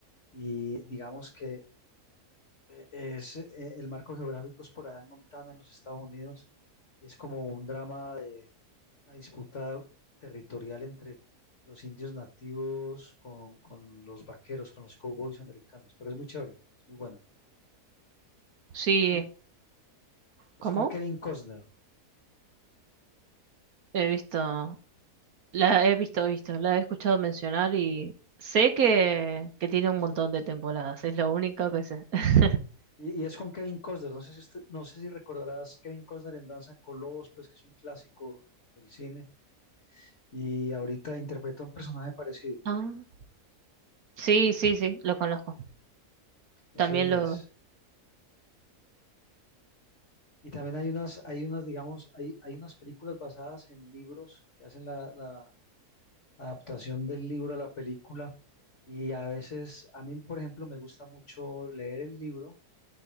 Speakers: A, on the left (about 50°); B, on the right (about 65°).
A: y digamos que eh, es, eh, el marco geográfico es por allá en Montana, en los Estados Unidos, y es como un drama de una disputa territorial entre los indios nativos con, con los vaqueros, con los cowboys americanos, pero es muy chévere, es muy buena.
B: Sí,
A: Es con, es
B: ¿cómo?
A: con Kevin Costner.
B: He visto, la he visto, he visto, la he escuchado mencionar y sé que, que tiene un montón de temporadas, es lo único que sé. <laughs>
A: Y, y es con Kevin Costner, no sé si usted- no sé si recordarás Kevin Costner en Danza con Lobos, pues que es un clásico del cine, y ahorita interpreta un personaje parecido.
B: Ah, sí, sí, sí, lo conozco.
A: Ese
B: También lo...
A: es. Y también hay unas, hay unas, digamos, hay, hay unas películas basadas en libros que hacen la, la adaptación del libro a la película. Y a veces, a mí, por ejemplo, me gusta mucho leer el libro